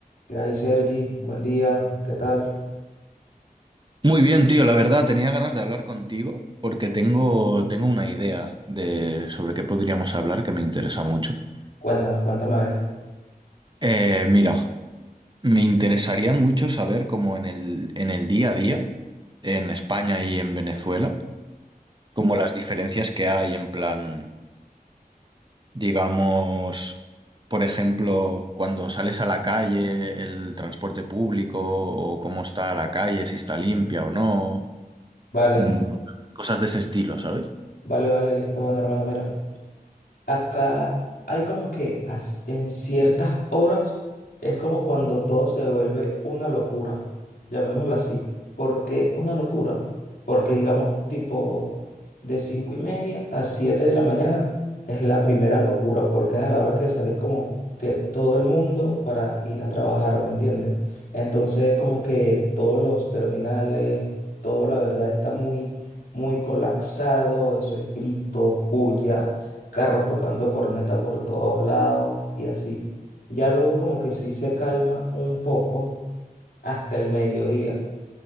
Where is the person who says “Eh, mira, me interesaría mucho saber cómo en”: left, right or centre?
Right